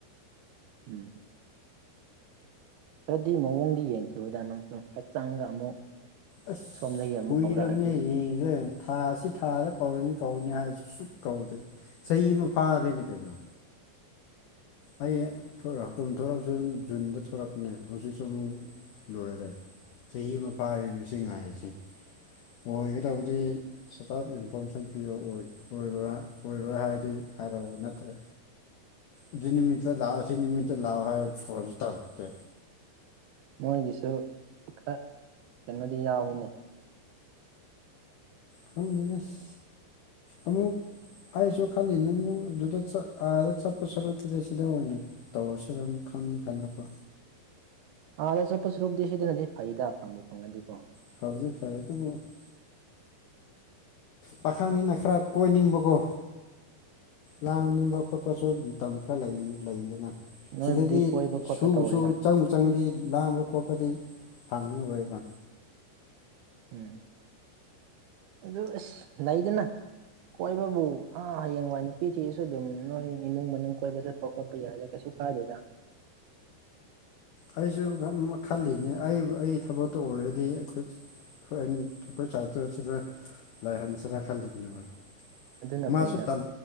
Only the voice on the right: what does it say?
ꯎꯝ ꯈꯔꯗꯤ ꯃꯑꯣꯡꯗꯤ ꯌꯦꯡꯈꯤꯕꯗ ꯅꯪꯁꯨ ꯍꯛꯆꯥꯡꯒ ꯑꯃꯨꯛ
ꯁꯣꯝꯗꯒꯤ ꯑꯃꯨꯛ
ꯀꯧꯔꯛꯑꯗꯤ
ꯃꯣꯏꯒꯤꯁꯨ ꯈꯔ ꯀꯩꯅꯣꯗꯤ ꯌꯥꯎꯋꯤꯅꯦ
ꯑꯥꯗ ꯆꯠꯄ ꯁꯔꯨꯛꯇꯗꯤ ꯁꯤꯗꯅꯗꯤ ꯐꯩꯗ ꯐꯪꯕꯨ ꯐꯪꯉꯗꯤꯀꯣ
ꯅꯣꯏꯕꯨꯗꯤ
ꯀꯣꯏꯕ ꯈꯣꯠꯄ
ꯇꯧꯔꯦꯅ
ꯎꯝ ꯑꯗꯨ ꯑꯁ ꯂꯩꯗꯅ ꯀꯣꯏꯕꯕꯨ ꯑꯥ ꯍꯌꯦꯡꯋꯥꯏ ꯅꯨꯄꯤ ꯊꯤꯔꯁꯨ ꯑꯗꯨꯝ ꯅꯣꯏ ꯏꯃꯨꯡ ꯃꯅꯨꯡ ꯀꯣꯏꯕ ꯆꯠꯄ ꯈꯣꯠꯄ ꯌꯥꯏꯗ ꯀꯩꯁꯨ ꯀꯥꯗꯦꯗ
ꯑꯗꯨꯅ ꯐꯩꯗ